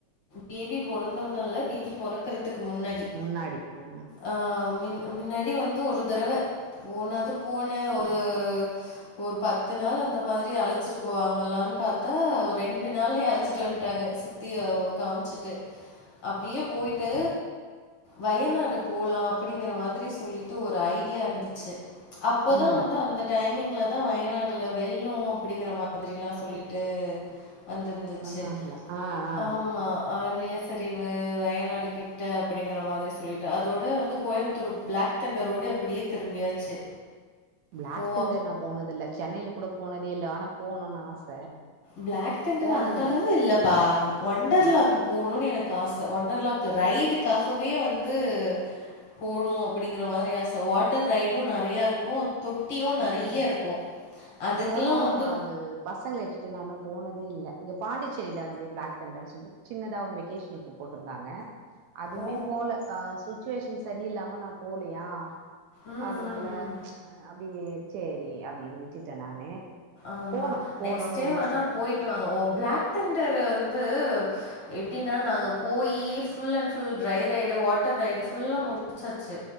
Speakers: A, on the left (about 55°); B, on the right (about 75°).
A: பேபி பொறந்தொன்ன இல்ல பேபி பொறக்கறதுக்கு முன்னாடி
B: முன்னாடி அ
A: அ மின்னாடி வந்து ஒரு தரவ போனது போனே ஒரு
B: ம்
A: ஒரு பத்து நாள் அந்த மாரி அழச்சிட்டு போவாங்களான்னு பாத்தா ஒரு
B: ம்
A: ரெண்டு நாள்ல அழச்சிட்டு வ விட்டாங்க சுத்திய காம்ச்சுட்டு அப்டியே போயிட்டு வயநாடு போலா அப்டிங்கற மாரி சொல்லிட்டு ஒரு ஐடியா இருந்துச்சு அப்போதா
B: ம்
A: வந்து அந்த டைமிங்ல தா வயநாடுல வெள்ளோ அப்டிங்கற மாதிரில்லா சொல்லிட்டு வந்துருந்துச்சு
B: சொன்னாங்களா ஆ ஆ
A: ஆமா அ நிலசரிவு வயநாடுகிட்ட அப்டிங்கற மாரி சொல்லிட்டு அதோட வந்து கோயமுத்தூர் பிளாக் தண்டரோடு அப்டியே திரும்பியாச்சு
B: பிளாக்
A: போ
B: தண்டர் நா போனது இல்ல சென்னையல கூட போனதே இல்ல ஆனா போணுனு ஆச
A: பிளாக் தெண்டர்
B: போனதில்ல
A: அந்த அளவு இல்லப்பா ஒண்டர்லாக்கு
B: ஆ
A: போணும்னு எனக் ஆச ஒண்டர்லாக்கு ரைடுக்கா இப்பவே வந்து போணு அப்டிங்கற மாரி ஆச வாட்டர் ரைடும் நறைய இருக்கு தொட்டியு நறைய
B: ம்
A: இருக்கு அதுக்ல்லா
B: இருந்தாலு
A: வந்து
B: அது பசங்கள இட்டுட்டு நா போனதே இல்ல இங்க பாண்டிசேரில அத மாரி பிளாக் தண்டர்னு சொல்லிட்டு சின்னதா ஒரு வெகேஷனுக்கு போட்டிருந்தாங்க அதுமே
A: ஓ
B: போல அ சுச்சுவேஷன் சரியில்லாம நா போலயா
A: ம்
B: அதனால
A: ம் ம்
B: ச் அப்டயே சேரி அப்டின்னு விட்டுட்ட நானு
A: ஆமா
B: போனு போணுன்னு
A: நெக்ஸ்ட் டைம்
B: ரொம்ப
A: வேணா
B: ஆச
A: போய் திட்டுவாங்க ஒ பிளாக் தண்டர் வந்து
B: அ
A: எப்டினா நாங்க போயி full and full dry ride water ride ஃபுல்லா முடிச்சாச்சு